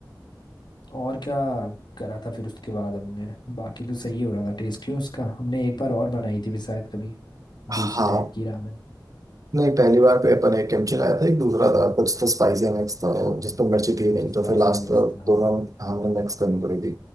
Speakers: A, on the left (about 70°); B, on the right (about 45°).
A: और क्या करा था फिर उसके बाद हमने बाकी तो सही हो रहा था टेस्ट क्यों उसका हमने एक बार और बनाई थी फिर शायद कभी
B: हाँ
A: दूसरे टाइप की रामेन
B: नहीं पहली बार पे अपन एक कैंप चलाया था एक दूसरा था कुछ तो स्पाइसी मिक्स था
A: हाँ
B: जिस पर मिर्ची थी
A: कुछ
B: नहीं
A: स्पाइसी
B: तो फिर लास्ट
A: मिक्स
B: दोनों
A: था हाँ
B: हमने मिक्स करनी पड़ी थी